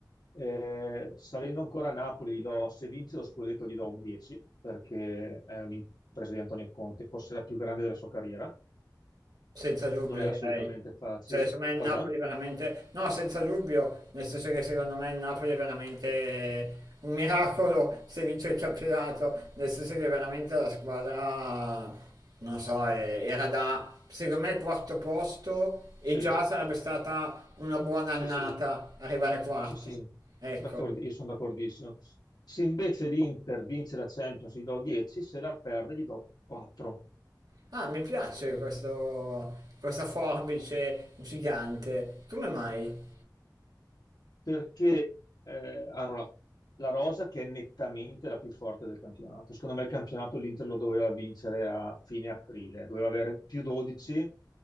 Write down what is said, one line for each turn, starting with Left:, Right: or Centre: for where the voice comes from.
Left: Eh, salendo ancora a Napoli, gli do- se vince lo scudetto gli do un 10, perché è un'impresa di Antonio Conte, forse la più grande della sua carriera.
Right: Senza dubbio
Left: Non era
Right: direi.
Left: assolutamente facile.
Right: Cioè, secondo me il
Left: Cosa?
Right: Napoli veramente... No, senza dubbio, nel senso che secondo me il Napoli è veramente un miracolo se vince il campionato, nel senso che veramente la squadra, non so, è- era da, secondo me, quarto posto e
Left: Sì,
Right: già sarebbe stata una buona
Left: sì,
Right: annata
Left: sì,
Right: arrivare quarti.
Left: sì, sì,
Right: Ecco,
Left: D'accordo- io sono d'accordissimo. Se invece l'Inter vince la Champions, gli do 10, se la perde gli do 4.
Right: Ah, mi piace questo, questa forbice gigante. Come mai?
Left: perché eh, hanno la, la rosa che è nettamente la più forte del campionato. Secondo me il campionato l'Inter lo doveva vincere a fine aprile, doveva avere più 12,